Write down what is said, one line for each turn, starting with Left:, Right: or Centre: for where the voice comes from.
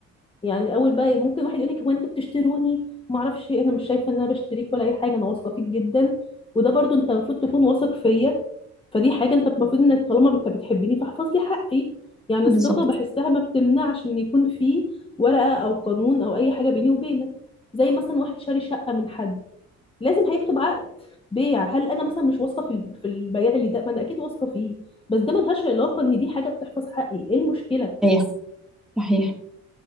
Left: يعني اول بقى ممكن واحد يقول لك هو انتوا بتشتروني ما اعرفش إيه، انا مش شايفه ان انا بشتريك ولا اي حاجه انا واثقه فيك جدا وده برضو انت المفروض تكون واثق فيا فدي حاجه انت المفروض انك طالما انت بتحبني فاحفظ لي حقي يعني الثقه
Centre: بالظبط
Left: بحسها ما بتمنعش ان يكون في ورقه او قانون او اي حاجه بيني وبينك زي مثلا واحد شاري شقه من حد لازم هيكتب عقد بيع هل انا مثلا مش واثقه في ال- في البياع اللي ده ما انا اكيد واثقه فيه بس ده ملهاش علاقه ان دي حاجه بتحفظ حقي ايه المشكله
Centre: صحيح صحيح